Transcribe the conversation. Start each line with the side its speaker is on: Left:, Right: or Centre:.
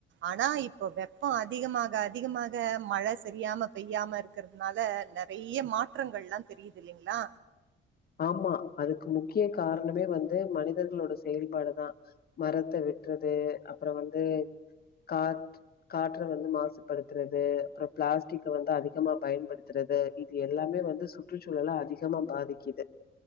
Right: ஆனா இப்ப வெப்போ அதிகமாக அதிகமாக மழ சரியாம பெய்யாமரு க்றதுனால நறைய மாற்றங்கள்ல்லா தெரிது இல்லைங்ளா
Left: ஆமா அதுக்கு முக்கிய காரணமே வந்து மனிதர்களோட செயல்பாடுதா மரத்த வெட்றது அப்பறோ வந்து கா காற்ற வந்து மாசுபடுத்துறது அப்பறோ பிளாஸ்டிக்க வந்து அதிகமா பயன்படுத்துறது இது எல்லாமே வந்து சுற்றுச்சூழல அதிகமா பாதிக்கி